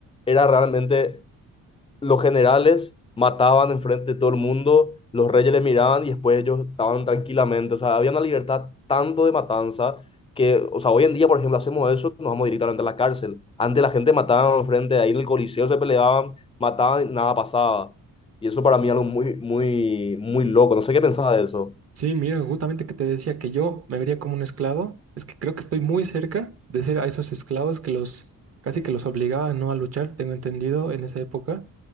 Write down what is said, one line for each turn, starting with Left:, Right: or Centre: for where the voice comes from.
Left: era realmente los generales mataban enfrente de todo el mundo, los reyes le miraban y después ellos estaban tranquilamente. O sea, había una libertad tanto de matanza que, o sea, hoy en día, por ejemplo, hacemos eso, nos vamos directamente a la cárcel. Antes la gente mataba enfrente, de ahí en el Coliseo se peleaban, mataban y nada pasaba. Y eso para mí es algo muy, muy, muy loco. No sé qué pensaba de eso.
Right: Sí, mira, justamente que te decía que yo me vería como un esclavo, es que creo que estoy muy cerca de ser a esos esclavos que los casi que los obligaban no a luchar, tengo entendido en esa época,